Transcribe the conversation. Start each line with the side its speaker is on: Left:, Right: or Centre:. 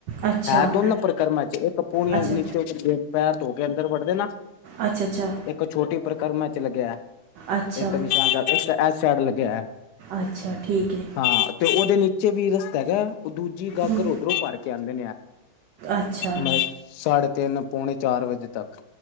Right: ਅੱਛਾ
Left: ਹੈ ਦੋਨੋ ਪ੍ਰਕਰਮਾ ਚ ਇਕ ਪੁਨ
Right: ਅੱਛਾ
Left: ਨੀਚੇ ਪੈਰ ਧੋ ਕੇ ਅੰਦਰ ਵੜ ਦੇ ਨਾ
Right: ਆ ਛਾ-ਛਾ।
Left: ਇੱਕ ਛੋਟੀ ਪਰਿਕਰਮਾ ਚ ਲਿਖਿਆ ਹੋਐ।
Right: ਅੱਛਾ
Left: ਇੱਕ ਨਿਸ਼ਾਨ ਸਾਹਿਬ ਇਸ ਸਾਈਡ ਲੱਗਿਆ
Right: ਅੱਛਾ ਠੀਕ ਹੈ
Left: ਹੋਐ। ਤੇ ਓਦੇ ਨੀਚੇ ਵੀ ਰਸਤਾ ਹੈਗਾ, ਓ ਦੂਜੀ ਗਾਗਰ
Right: ਹਮ,
Left: ਉਦਰੋ ਭਰ ਕੇ ਆਂਦੇ।
Right: ਅੱਛਾ
Left: ਮੈਂ ਸਾਢੇ ਤਿੰਨ ਪੌਣੇ ਚਾਰ ਵਜੇ ਤੱਕ।